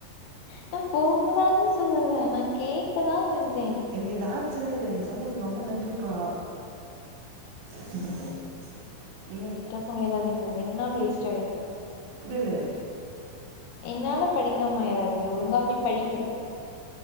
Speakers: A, on the left (about 85°); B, on the right (about 75°).
A: நா போ கூடாதுன் சொல்லல்ல நா கேக்கதா செஞ்சே
B: எனக் இந்த ஆப்ஷனே இல்லியே நீ சொன்னதுக் ரொம்ப நன்றிபா அப்புறம் என்ன
A: பண்ணிராதீங்க ரெண் நாள் வேஸ்ட் ஆய்ரு
B: புடியில
A: என்னால படிக்காமாய்றாதிகோ ஒழுங்கா பேய் படிங்கோ